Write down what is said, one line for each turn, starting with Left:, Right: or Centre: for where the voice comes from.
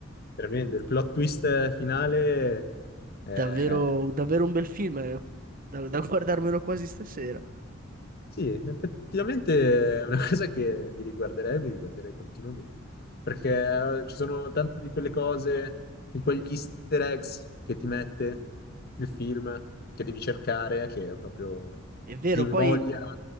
Left: tremendo. Il plot twist finale eh,
Right: Davvero, davvero un bel film, eh, da, da <laughs> guardarmelo quasi stasera.
Left: Sì, effettivamente è una <laughs> cosa che mi riguarderei, mi riguarderei continuamente, perché eh, ci sono tante di quelle cose, di quegli easter eggs che ti mette il film, che devi cercare, che proprio
Right: È vero,
Left: ti invoglia
Right: poi